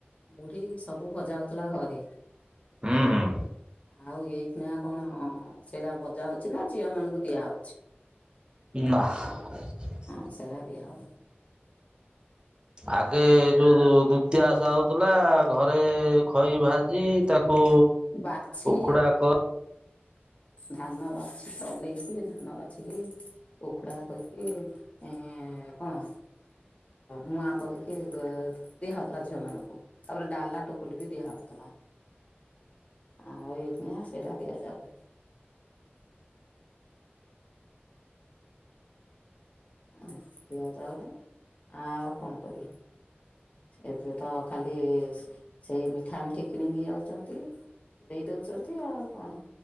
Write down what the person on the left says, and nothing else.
ମୁଢି ସବୁ ଭଜା ହଉଥିଲା ଘରେ।
ଆଉ ଏଇଖିଣ କଣ ସେଟା ଭଜା ହଉଛି ନା, ଝିଅ ମାନଙ୍କୁ ଦିଆ ହଉଛି।
ହଁ ସେରା ଦିଆ ହଉନି।
ବାଛି
ଧାନ ବାଛି ଚଲେଇକି, ଧାନ ବାଛିକି ଉଖୁଡ଼ା କରିକି ଏଁ କଣ ମୁଁଆ କରିକି ଦିଆ ହଉଥିଲା ଝିଅ ମାନଙ୍କୁ, ତାପରେ ଡାଲା ଟୋପୁଲି ବି ଦିଆ ହଉଥିଲା। ଆଉ ଏଇଖୀନା ସେଇରା ଦିଆ ଯାଉ ନାହିଁ। ଆଉ ଦିଆଯାଉନି, ଆଉ କଣ କରିବା? ଏବେ ତ ଖାଲି ସେଇ ମିଠା ମିଠି କିଣି ନେଇ ଯାଉଛନ୍ତି। ଦେଇ ଦଉଛନ୍ତି ଆଉ କଣ